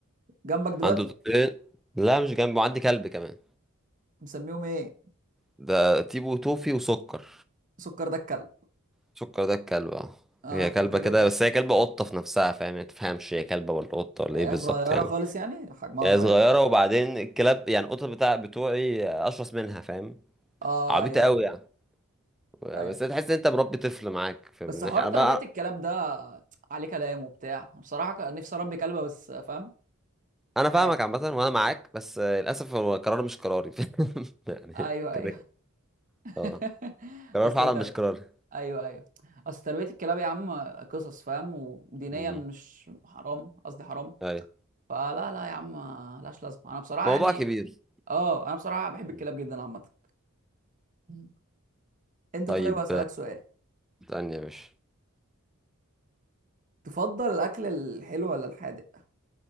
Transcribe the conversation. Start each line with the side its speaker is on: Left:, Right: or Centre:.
Right: جنبك دلوقتي
Centre: عندي قطتين لا مش جنبي وعندي كلب كمان
Right: مسميهم ايه
Centre: ده تيبو توفي وسكر
Right: سكر ده الكلب
Centre: سكر ده الكلب اه
Right: اه
Centre: هي كلبة
Right: طب حلو
Centre: كده
Right: ده
Centre: بس هي كلبة قطة في نفسها فاهم يعني ما تفهمش هي كلبة ولا قطة ولا
Right: آه،
Centre: ايه بالظبط
Right: صغيرة
Centre: يعني
Right: خالص يعني حجمها
Centre: هي
Right: صغير
Centre: صغيرة وبعدين الكلاب يعني القطط بتاع بتوعي أشرس منها فاهم
Right: اه
Centre: عبيطة
Right: ايوه
Centre: قوي
Right: ايوه
Centre: يعني بس
Right: ايوه
Centre: تحس إن أنت مربي طفل معاك في
Right: بس
Centre: من
Right: حوار
Centre: ناحية أنا
Right: تربية
Centre: بقى
Right: الكلاب ده عليه كلام وبتاع أنا بصراحة كان نفسي اربي كلبة بس فاهم
Centre: أنا
Right: مش
Centre: فاهمك
Right: عارف
Centre: عامة
Right: يعني
Centre: وأنا معاك بس للأسف هو قرار مش قراري <laughs> يعني
Right: ايوه
Centre: كده
Right: ايوه
Centre: كده
Right: <laughs>
Centre: أه قرار
Right: اصل
Centre: فعلا
Right: تر...
Centre: مش قراري
Right: ايوه ايوه اصل تربية الكلاب يا عم قصص فاهم ودينيا
Centre: أمم.
Right: مش حرام قصدي حرام
Centre: أيوة
Right: فلا لا يا عم لاش لازمة انا بصراحة
Centre: موضوع
Right: يعني
Centre: كبير
Right: اه انا بصراحة بحب الكلاب
Centre: أمم.
Right: جدا عامة <laughs> مم. انت
Centre: طيب
Right: طيب اسألك سؤال
Centre: استني يا باشا
Right: تفضل الاكل الحلو ولا الحادق